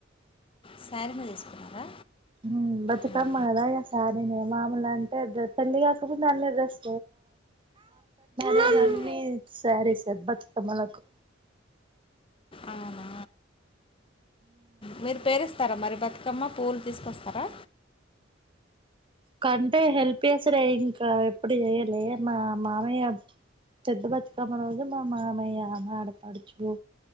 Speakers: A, on the left; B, on the right.
A: శారీ మీద తీసుకున్నారా
B: ఉమ్ బతుకమ్మ
A: ఉమ్.
B: కదా ఇగ సారీ నే మామూలు అంటే పెళ్లి కాకముందు అన్ని డ్రెస్ లే <unintelligible>
A: ఉమ్.
B: <unintelligible> అన్ని సారీ సెబ్బత్ మాలకు
A: అవునా మీరు పేరు స్తారా మరి బతుకమ్మ పూలు తీసుకొస్తారా
B: కంటే హెల్ప్ చేసారే ఇంకా ఎప్పుడు చేయలే మా మామయ్య పెద్ద బతుకమ్మ రోజు మా మామయ్య ఆడపడుచు